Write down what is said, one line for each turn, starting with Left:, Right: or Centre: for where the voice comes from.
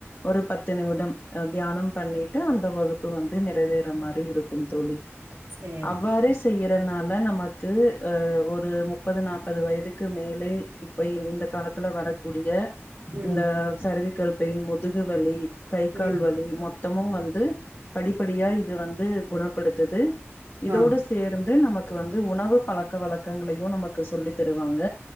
Left: ஒரு பத்து நிமிடம் தியானம் பண்ணிட்டு அந்த வகுப்பு வந்து நிறைவேற மாறி இருக்கும் தோழி
Right: சேரி
Left: அவ்வாறே செய்ய இதனால நமக்கு ஒரு முப்பது நாப்பது வயதுக்கு மேலே இப்போ இந்த காலத்துல வரக்கூடிய
Right: ம்
Left: இந்த சருவி கல் பெயின் முதுகுவலி கை கால்
Right: ம்
Left: வலி மொத் த்தமு வந்து படிப்படியா இது வந்து குணப்படுத்துது இதோடு
Right: ஆ
Left: சேர்ந்து நமக் கு வந்து உணவு பழக்க வழக்கங்களையு நமக்கு சொல்லித்தருவாங்க